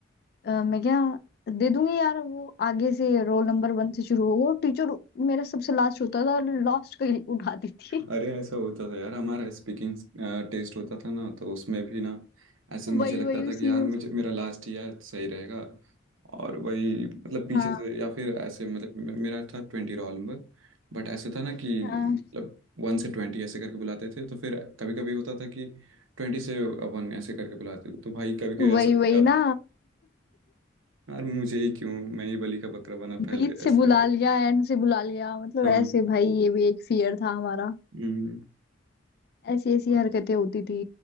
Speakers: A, on the left (about 50°); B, on the right (about 85°).
A: अ, मैं क्या दे दूंगी यार वो आगे से रोल नंबर वन से शुरू होगा टीचर मेरा सबसे लास्ट होता था और लास्ट का ही उठाती थी
B: अरे ऐसा होता था यार हमारा स्पीकिंग टेस्ट होता था ना तो उसमें भी ना ऐसे मुझे
A: वही
B: लगता
A: वही
B: था
A: उसी
B: कि यार
A: में
B: मुझे मेरा लास्ट ईयर सही रहेगा और वही मतलब पीछे
A: हाँ
B: से या फिर ऐसे मतलब मे- मेरा था ट्वेंटी रोल नंबर बट ऐसे था ना कि
A: हाँ
B: मतलब वन से ट्वेंटी ऐसे करके बुलाते थे तो फिर कभी कभी होता था कि ट्वेंटी से वन ऐसे करके बुलाते थे तो भाई कभी कभी ऐसे
A: वही
B: हो
A: वही
B: जाता
A: ना
B: था यार मुझे ही क्यों मैं ही बलि का बकरा बना पहले
A: बीच से
B: ऐसे
A: बुला
B: होता था
A: लिया एंड से बुला लिया मतलब
B: हाँ
A: ऐसे भाई ये भी एक फियर था हमारा
B: हम्म,
A: ऐसी ऐसी
B: और
A: हरकतें होती थी